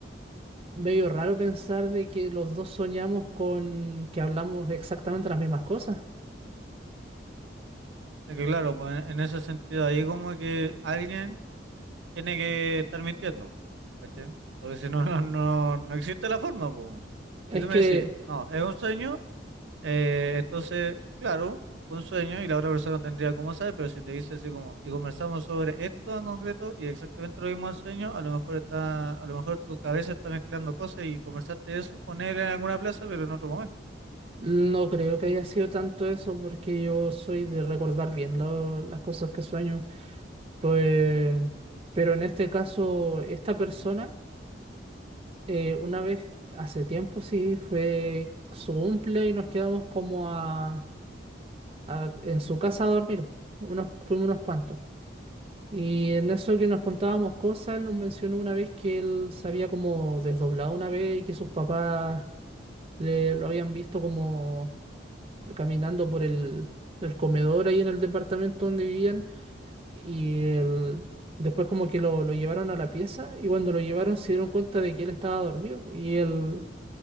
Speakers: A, on the right; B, on the right.
A: medio raro pensar de que los dos soñamos con que hablamos exactamente las mismas cosas.
B: Es que claro, pues en en ese sentido ahí como que alguien tiene que estar mintiendo, ¿cachai? Porque si no, no, no, no existe la forma, pues. weón.
A: Es
B: Si tú
A: que
B: me decís, no, es un sueño, Eh, entonces, claro, un sueño y la otra persona no tendría cómo saber, pero si te dice así como, y conversamos sobre esto en concreto y exactamente lo mismo al sueño, a lo mejor está, a lo mejor tu cabeza está mezclando cosas y conversaste eso con él en alguna plaza, pero en otro momento.
A: no creo que haya sido tanto eso porque yo soy de recordar bien lo- las cosas que sueño. Pues, pero en este caso, esta persona, eh, una vez hace tiempo, sí, fue su cumple y nos quedamos como a, a- en su casa a dormir. Unos, fuimos unos cuantos. Y en eso que nos contábamos cosas, él nos mencionó una vez que él se había como desdoblado una vez y que sus papás le, lo habían visto como caminando por el, el comedor ahí en el departamento donde vivían y él- después como que lo, lo llevaron a la pieza y cuando lo llevaron se dieron cuenta de que él estaba dormido y él,